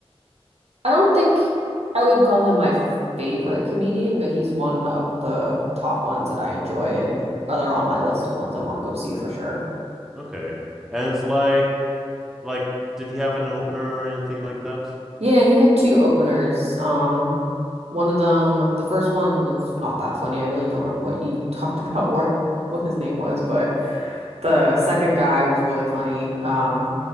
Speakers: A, on the right (about 80°); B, in the centre.
A: I don't think I would call him my favorite comedian, but he's one of the top ones that I enjoy and other on my list of ones I want to go see for sure.
B: Okay. And it's like like did he have an opener or anything like that?
A: Yeah, he had two openers. Um, one of them, the first one was not that funny. I really don't remember what he <laughs> talked about or <laughs> what his name was, but the second guy was really funny. Um,